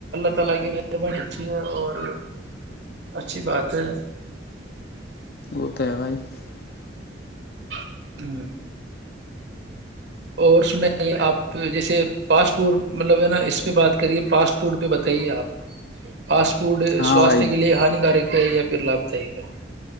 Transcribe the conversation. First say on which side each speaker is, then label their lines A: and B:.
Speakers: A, on the right; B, on the left.
A: لگے مہربانی <unintelligible> اچھھی ہے اور اچھی بات ہے <unintelligible>
B: وہ تو ہے بھائی <unintelligible>
A: ہ اور سن آپ <unintelligible> جیسے پاسپورٹ مطلب ہے نا اس پہ بات کریے پاسپورٹ پہ بتائیے آپ پاسپورٹ
B: ہاں
A: سواستھ
B: بھائی
A: کے لیے ہانیکارک ہے یا پھر لابھدائک ہے